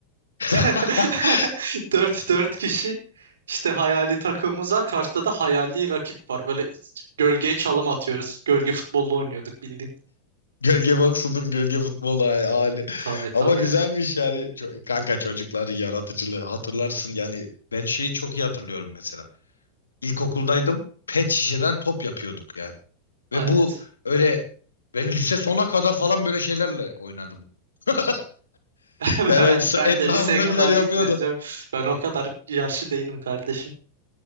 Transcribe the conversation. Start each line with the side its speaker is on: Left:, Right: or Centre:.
Left: <laughs>
Right: <laughs> Dört, dört kişi işte hayali takımımız var. Karşıda da hayali rakip var. Böyle gölgeye çalım atıyoruz. Gölge futbolu oynuyorduk bildiğin.
Left: Gölge boksunun gölge futbolu ha- hali.
Right: Tabii tabii.
Left: Ama güzelmiş yani. Ço- Kanka çocukların yaratıcılığı hatırlarsın yani. Ben şeyi çok iyi hatırlıyorum mesela. İlkokuldaydım. Pet şişeden
Right: Hı hı.
Left: top yapıyorduk yani. Ve
Right: Evet.
Left: bu öyle ben lise sona kadar falan böyle şeylerle oynadım. <laughs>
Right: <laughs>
Left: Yani
Right: Ben,
Left: sa-
Right: ben
Left: etrafımdakiler
Right: de liseye kadar
Left: yapıyordu.
Right: gitmedi canım. Ben o kadar yaşlı değilim kardeşim.